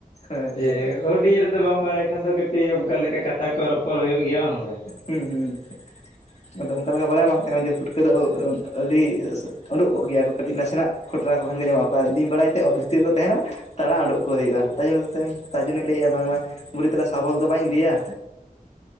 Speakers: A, on the left; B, on the left.
A: ᱦᱮᱸ ᱦᱮᱸ
B: ᱡᱮ ᱦᱩᱰᱤᱧ ᱨᱮ ᱟᱫᱚ ᱵᱟᱝ ᱵᱟᱲᱟᱭ ᱠᱷᱟᱱ ᱫᱚ ᱠᱟᱹᱴᱤᱡ ᱚᱱᱠᱟ ᱞᱮᱠᱟ ᱠᱟᱛᱷᱟ ᱠᱚ ᱨᱚᱯᱚᱲ ᱦᱩᱭᱩᱜ ᱜᱮᱭᱟ᱾ ᱵᱟᱝ ᱥᱮ?
A: ᱦᱩᱸ ᱦᱩᱸ ᱟᱫᱚ ᱚᱱᱠᱟ ᱞᱮᱠᱟ ᱵᱟᱲᱟᱭ ᱵᱟᱝ ᱛᱟᱦᱮᱸ ᱠᱟᱱᱟ ᱡᱮ ᱯᱷᱩᱴᱠᱟᱹ ᱫᱚ ᱟᱹᱰᱤ ᱩᱸᱰᱩᱠ ᱠᱚᱜ ᱜᱮᱭᱟ ᱠᱚ ᱠᱟᱹᱴᱤᱡ ᱱᱟᱥᱮᱱᱟᱜ ᱠᱷᱚᱴᱨᱟ ᱠᱚ ᱠᱷᱟᱱ ᱜᱮ ᱧᱟᱢᱚᱜ ᱟᱠᱚ ᱟᱨ ᱤᱧ ᱫᱩᱧ ᱵᱟᱲᱟᱭ ᱛᱮ ᱚᱛ ᱵᱷᱤᱛᱤᱨ ᱨᱮᱠᱚ ᱛᱟᱦᱮᱱᱟ ᱛᱟᱲᱟ ᱩᱸᱰᱩᱠ ᱠᱚ ᱦᱩᱭᱩᱜᱼᱟ᱾ ᱟᱡᱳᱢ ᱮᱫ ᱠᱚᱛᱷᱮᱱᱤᱧ ᱛᱟᱨ ᱡᱳᱱᱱᱳ ᱞᱟᱹᱭᱮᱫᱼᱟ ᱵᱟᱝᱢᱟ ᱵᱩᱰᱤ ᱛᱟᱦᱚᱞᱮ ᱥᱟᱵᱚᱞ ᱫᱚ ᱵᱟᱹᱧ ᱤᱫᱤᱭᱟ?